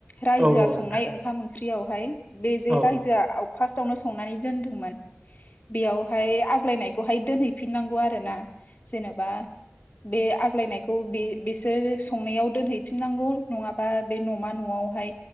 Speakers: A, on the left (about 45°); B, on the right (about 30°).
A: रायजोआ
B: औ औ
A: संनाय
B: नोंथां
A: ओंखाम ओं ख्रियावहाय बे जे
B: औ
A: रायजोआ आव फार्स्टावनो संनानै दोन्दोंमोन बेयावहाय आग्लायनायखौहाय दोनहैफिननांगौ आरो ना। जेनेबा बे आग्लायनायखौ बे बेसोर संनायाव दोनहैफिननांगौ नङाबा बे न'मा न'आवहाय